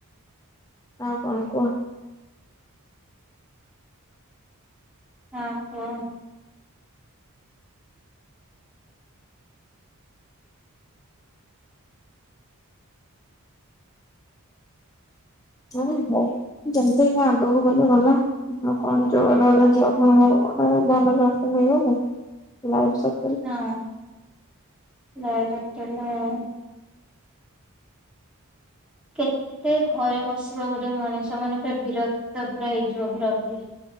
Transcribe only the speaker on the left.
ଆଉ କଣ କୁହ?
ହଁ ହଉ ଯେମତି ଆଗକୁ ଗଲେ ଗଲା କଣ ଗ ଜବ ଗୋଟେ ଭଲ ଜବ ଟେ ମିଳିଗଲେ ଲାଇଫ ସେଟେଲ।